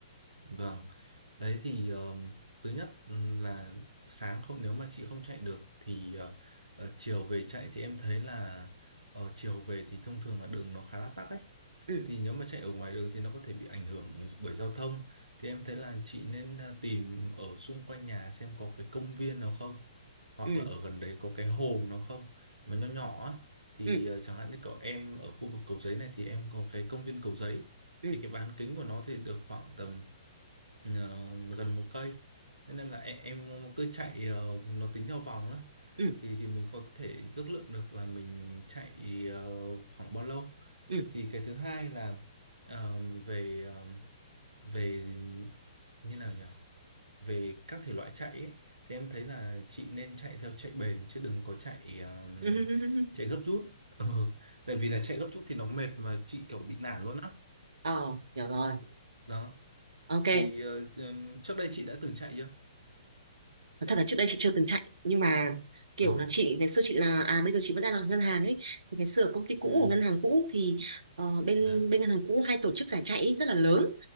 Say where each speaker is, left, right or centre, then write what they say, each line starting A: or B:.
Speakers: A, on the right (about 80°); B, on the right (about 65°).
A: vâng đấy thì um, thứ nhất um, là sáng không nếu mà chị không chạy được thì ờ, ờ, chiều về chạy thì em thấy là ờ, chiều về thì thông thường là đường nó khá là tắc ấy
B: ừ
A: thì nếu mà chạy ở ngoài đường thì nó có thể bị ảnh hưởng bởi giao thông thì em thấy là chị nên à, tìm ở xung quanh nhà xem có cái công viên nào không hoặc
B: ừ
A: là ở gần đấy có cái hồ nào không mà nhỏ nhỏ á thì
B: ừ
A: à, chẳng hạn như cậu em ở khu vực Cầu Giấy này thì em có cái công viên Cầu Giấy
B: ừ
A: thì cái bán kính của nó thì được khoảng tầm ờ, gần một cây thế nên là em, em cứ chạy ờ, nó tính theo vòng á
B: ừ
A: thì thì mình có thể ước lượng được là mình chạy ờ, khoảng bao lâu
B: ừ
A: thì cái thứ hai là ờ, về ờ, về như nào nhỉ về các thể loại chạy ấy, thì em thấy là chị nên chạy theo chạy bền chứ đừng có chạy ờ,
B: <laughs> ừ
A: chạy gấp rút <laughs> ừ. tại vì là chạy gấp rút thì nó mệt mà chị kiểu bị nản luôn á
B: ờ hiểu rồi
A: đó
B: ok
A: thì ờ, trước đây chị đã từng chạy chưa
B: thật là trước đây chị chưa từng chạy nhưng mà kiểu
A: Ờ.
B: là chị ngày xưa chị là à bây giờ chị vẫn đang làm ngân hàng ấy ngày xưa ở công ty cũ
A: Ừ,
B: của ngân hàng cũ thì ờ, bên
A: dạ,
B: bên ngân hàng cũ hay tổ chức giải chạy rất là lớn